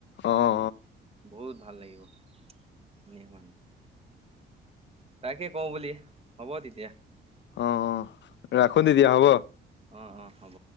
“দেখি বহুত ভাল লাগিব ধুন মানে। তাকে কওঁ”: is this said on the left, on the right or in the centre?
Right